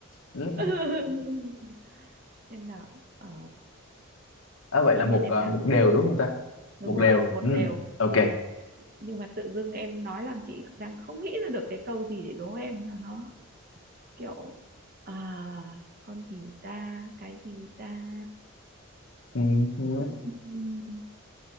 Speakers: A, on the left; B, on the right.
A: ừ.
B: <laughs> xem nào ờ,
A: à, vậy
B: tự
A: là một
B: nhiên em
A: à,
B: làm
A: một đều đúng không ta
B: đúng
A: một
B: rồi
A: đều
B: một
A: ừ.
B: đều
A: ok
B: nhưng mà tự dưng em nói làm chị đang không nghĩ ra được cái câu gì để đố em cho nó kiểu à con gì ta cái gì ta
A: ừ, ừ,
B: Ừm,